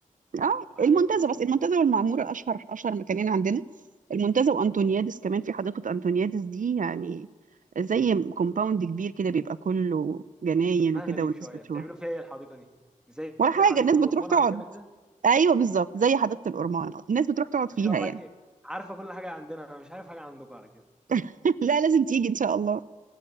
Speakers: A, on the right; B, in the centre.
A: اه
B: وحاجات
A: المنتزه
B: من
A: بس
B: دي
A: المنتزه والمعموره اشهر اشهر مكانين عندنا المنتزه وانطونيادس كمان في حديقه انطونيادس دي يعني زي كومباوند كبير كده بيبقى كله جناين
B: ما
A: وكده
B: غريب
A: والناس
B: شوية
A: بتروح
B: بتعملوا فيها ايه الحديقة دي زي
A: ولا حاجه
B: حديقة
A: الناس بتروح
B: الأورمان
A: تقعد
B: عندنا كده
A: ايوه بالظبط زي حديقه الأورمان الناس بتروح تقعد فيها
B: ما شاء الله
A: يعني
B: عليك عارفة كل حاجة عندنا أنا مش عارف حاجة عندكم على كده
A: <laughs> لا لازم تيجي ان شاء الله